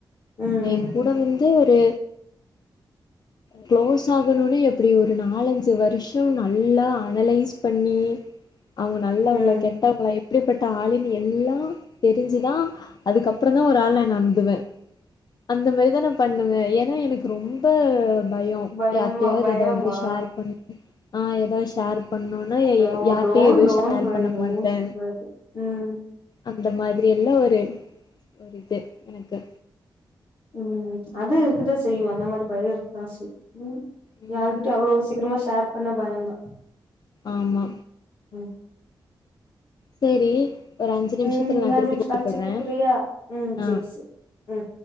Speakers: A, on the left; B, on the left.
A: ம்
B: எ கூட வந்து ஒரு க்ளோஸ் ஆகணுனே எப்டி ஒரு நாலஞ்சு வருஷோ நல்லா அனலைஸ் பண்ணி அவுங்க நல்லவ்ங்ளா
A: ம்
B: கெட்டவ்ங்ள எப்டிப்பட்ட ஆளுன்னு எல்லா தெரிஞ்சுதா அதுக்கப் அப்றோதா ஒரு ஆள நம்புவே அந்த மாரிதா நா பண்ணுவே எனா எனக்கு ரொம்ப பயோ
A: பயமா
B: யார்ட்டையாது
A: பயமா
B: எதாது ஷேர் பண்ண ஆ எதா ஷேர் பண்ணுனா
A: ஓ
B: யார்ட்டையு
A: டோன்
B: எதுவு
A: டோன்ட்
B: ஷேர்
A: வரி
B: பண்ண
A: டோன்ட்
B: மாட்டே
A: வரி ம்
B: அந்த மாதிரி எல்லா ஒரு ஒரு இது எனக்கு
A: ம் அது இருக்குதா செய்யு அந்த மாரி பயோ இருக்குதா செய்யு ம்
B: ம்
A: யாருகிட்டயு அவ்ளோ சீக்கரமா ஷேர் பண்ண பயோதா
B: ஆமா
A: ம்
B: சேரி ஒரு அஞ்சு நிமிஷத்துல
A: ம்
B: நா
A: அஞ்சு
B: திருப்பி
A: நிம்ஷோ
B: கூப்புட்றே
A: கழிச்சு கூப்பறியா ம் சேரி
B: ஆ
A: சேரி